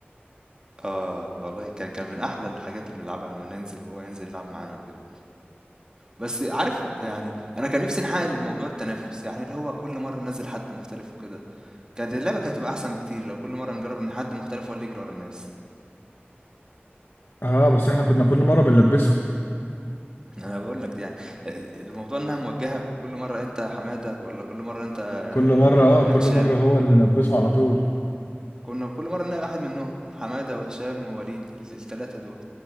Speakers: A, on the right; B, on the left.
A: آه، والله كان كان من أحلى الحاجات اللي بنلعبها لمّا ننزل وهو ينزل يلعب معانا وكده، بس عارف يعني أنا كان نفسي نحقق الموضوع التنافس، يعني اللي هو كل مرة ننزل حد مختلف وكده، كانت اللعبة كانت هتبقى أحسن بكتير لو كل مرة نجرب إن حد مختلف هو اللي يجري ورا الناس.
B: اه بس احنا كنا كل مره بنلبسه
A: أنا باقول لك يعني آآ الموضوع إنها موجّهة وكل مرّة أنت يا حمادة والّا كل مرّة أنت
B: كل مره
A: يا يا
B: اه كل
A: يا هشام،
B: مره هو اللي نلبسه على طول
A: كنا كل مرّة نلاقي واحد منّهم، حمادة وهشام ووليد ال ال3 دول،